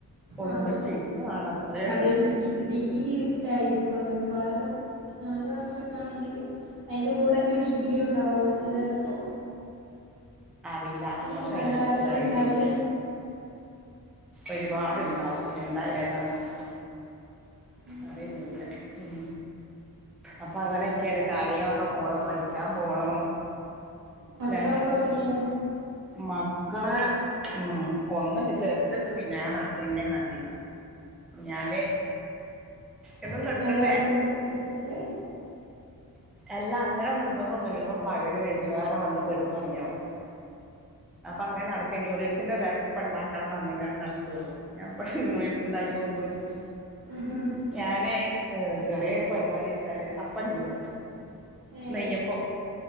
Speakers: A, in the centre; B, on the right (about 75°).
A: ഒയിഞ്ഞ
B: ആഹ്
A: പൈസ വാണം അത്രേള്ളൂ
B: അത് ഡിഗ് ഡിഗ്രി വിത്തായിരിക്കും അത് മിക്കവാറും നാലു വർഷൊക്കെ ആണെങ്കിൽ അതിന്റെ കൂടെ ന്നെ ഡിഗ്രി ഉണ്ടാവും മറ്റേത് ചിലപ്പോ
A: അറീല അമ്മക്ക്
B: സാധാരണ
A: അയിനെക്കുറിച്ച് ഒരു
B: ഉണ്ടാവല്
A: ഐഡി ഇല്ല ഒരുപാട്
B: ഉം
A: ണ്ടാവും എന്താ ഏതാ എന്നൊന്നും
B: ഉം
A: അറിയൊന്നുല്ല
B: ഉം
A: ഉം അപ്പൊ അങ്ങനെക്കെയാണ് കാര്യങ്ങളൊക്കെ പോണേ പഠിക്കാൻ പോണം
B: മക്കളൊക്കെ
A: ല്ലെ
B: ഉറങ്ങിയോ
A: മക്കള് ഉം ഒന്ന്ണ്ട് ചെറുത്ണ്ട് പിന്നാലെ നട്ക്ക്ണ് ന്നെ കാട്ടീ ഞാന് എന്നും കെടക്കണ
B: ങ്ങൾ കെടക്കുമ്പാ കെടക്കൽ
A: എല്ലാ അങ്ങനെ നിർബന്ധം ഒന്നുല്ല ന്ന് പകല് വൈകുന്നരം വന്ന് കെട്ന്ന് ഒർങ്ങിയഓന് അപ്പൊ
B: ഉം
A: അങ്ങനെ നടക്ക നൂഡിൽസ്സിന്റെ പാക്ക് ഇപ്പ ഇണ്ടാക്കാം പറഞ് കാണ്ട് നടക്ക ഓള് ഞാൻ എപ്പ യൂഡിൽസ് ണ്ടാക്കികൊടുക്കണെ ഓക്ക്
B: ഉം
A: ഞാന് ഏ ചെറിയൊരു പരിപാടി വെച്ചാൽ അപ്പം ചുട
B: ഏഹ്
A: നെയ്യപ്പം